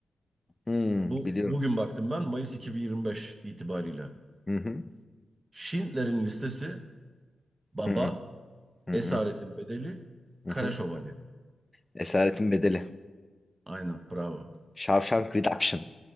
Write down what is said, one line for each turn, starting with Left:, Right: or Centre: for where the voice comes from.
Left: Hmm,
Right: Bu
Left: biliyorum.
Right: bugün baktım ben Mayıs 2025 itibariyle.
Left: Hı hı.
Right: Schindler'in listesi, Baba,
Left: Hı hı. Hı
Right: Esaretin
Left: hı.
Right: Bedeli,
Left: Hı
Right: Kara
Left: hı.
Right: Şövalye.
Left: Esaretin Bedeli.
Right: Aynen bravo.
Left: Shawshank Redemption.